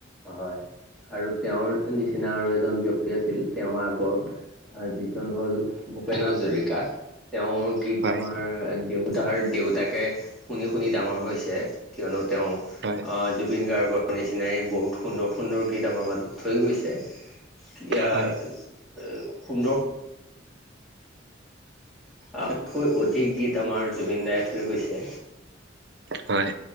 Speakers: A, in the centre; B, on the right (about 60°).
A: হয় আৰু তেওঁৰ নিচিনা আৰু এজন ব্যক্তি আছিল। তেওঁৰ আগৰ আৰু যিজন হল ভূপেন হাজৰিকা তেওঁৰ গীত
B: হয়,
A: আমাৰ দেউতাৰ দেউতাকে শুনি শুনি ডাঙৰ হৈছে কিয়নো তেওঁ
B: হয়,
A: অ জুবিন গাৰ্গৰ নিচিনাই বহুত সুন্দৰ সুন্দৰ গীত আমাৰ মাজত থৈ গৈছে ইয়াৰ
B: হয়,
A: এ সুন্দৰ আগত কৈ অধিক গীত আমাৰ জুবিন দাই থৈ গৈছে
B: হয়,